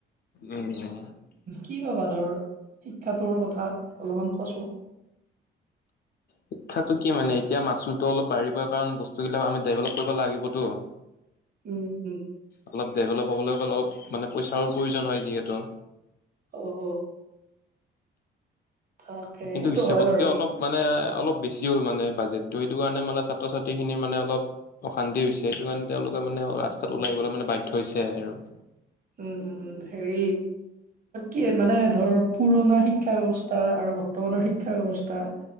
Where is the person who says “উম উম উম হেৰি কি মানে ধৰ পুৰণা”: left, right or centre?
Right